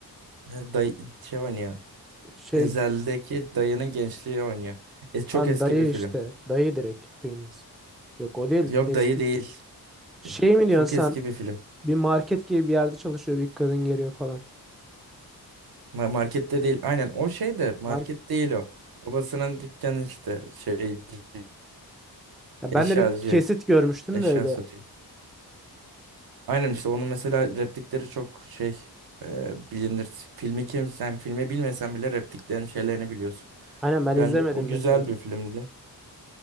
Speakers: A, on the right; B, in the centre.
A: Ee, Day şey oynuyor.
B: Şey
A: Ezel'deki dayının gençliği oynuyor. E, çok
B: lan
A: eski
B: dayı
A: bir film.
B: işte. Dayı direkt filmimiz. Yok o değil
A: Yok
B: eski.
A: dayı değil.
B: Şey mi diyorsun
A: Çok eski
B: sen?
A: bir film.
B: Bir market gibi bir yerde çalışıyor bir kadın geliyor falan.
A: Ma- Markette değil. Aynen o şey de market
B: Mark
A: değil o. Babasının dükkanı işte şeyci,
B: Ya
A: eşyacı
B: ben de bir kesit görmüştüm
A: eşya
B: de öyle.
A: satıyor. Aynen işte onun mesela replikleri çok şey e, bilinir. Filmi kim sen filmi bilmesen bile repliklerin şeylerini biliyorsun.
B: Aynen ben
A: Bence
B: izlemedim
A: o güzel
B: mesela.
A: bir filmdi.